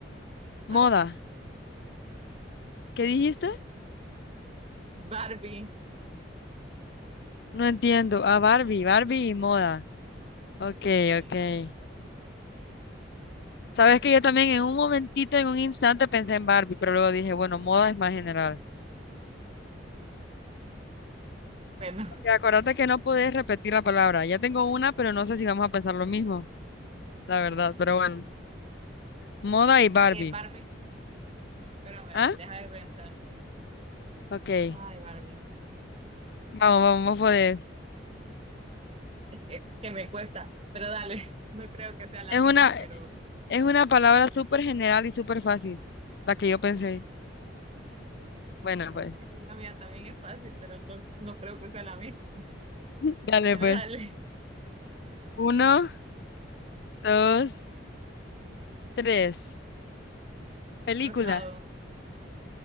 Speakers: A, on the left; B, on the right.
A: Moda.
B: Barbie.
A: ¿Qué dijiste?
B: Barbie,
A: No entiendo. Ah, Barbie, Barbie y moda. Ok,
B: sí.
A: ok. Sabes que yo también en un momentito, en un instante pensé en Barbie, pero luego dije, bueno, moda es más general.
B: Bueno,
A: Ok, acuérdate que no puedes repetir la palabra. Ya tengo una, pero no sé si vamos a pensar lo mismo, la verdad, pero bueno. Moda y Barbie.
B: es que Barbie, espérame,
A: ¿Ah?
B: deja de pensar.
A: Ok.
B: Ay, Barbie.
A: Vamos, vamos, vos podés.
B: Que, que me cuesta, pero dale, <laughs> no creo que sea la
A: Es
B: misma,
A: una,
B: pero
A: es una palabra súper general y súper fácil, la que yo pensé. Bueno, pues.
B: es que la mía también es fácil, pero no, no creo que sea la misma.
A: <laughs> Dale,
B: Pero
A: pues.
B: dale,
A: Uno, dos, tres. Película.
B: rosado,